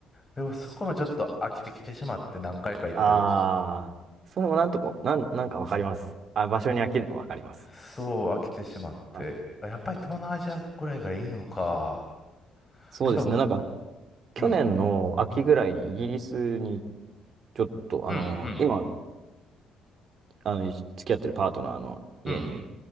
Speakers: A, on the left (about 25°); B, on the right (about 55°).
A: でもそこもちょっと飽きてきてしまって、何回か行ってるうちに。
B: ああ。それもなんとか、なん、なんかわかります。あ、場所に飽きるのわかります。
A: そう、飽きてしまって。
B: はい。
A: やっぱり東南アジアぐらいがいいのか。
B: そうですね。
A: じゃあ、
B: なんか、去年の秋ぐらいにイギリスに
A: うん、うん、
B: ちょっと、
A: うん、
B: あの、
A: うん、
B: 今、あの、付き合ってるパートナーの家に、
A: うん、